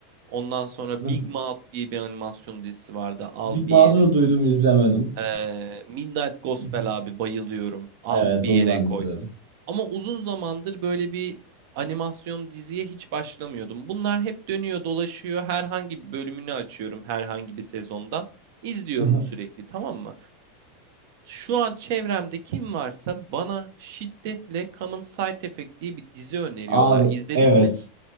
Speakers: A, on the right; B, on the right.
A: Ondan sonra
B: <laughs>
A: Big Mouth diye bir animasyon dizisi vardı. Al
B: Big
A: bir
B: Mouth'u
A: yere.
B: da duydum izlemedim.
A: Ee, Midnight Gospel
B: <laughs>
A: abi bayılıyorum. Al
B: Evet
A: bir
B: onu
A: yere
B: ben
A: koy.
B: de severim.
A: Ama uzun zamandır böyle bir animasyon diziye hiç başlamıyordum. Bunlar hep dönüyor dolaşıyor. Herhangi bir bölümünü açıyorum herhangi bir sezondan. İzliyorum
B: <laughs>
A: sürekli tamam mı? Şu an çevremde kim varsa bana şiddetle Common Side Effect diye bir dizi öneriyorlar.
B: Abi
A: İzledin
B: evet.
A: mi?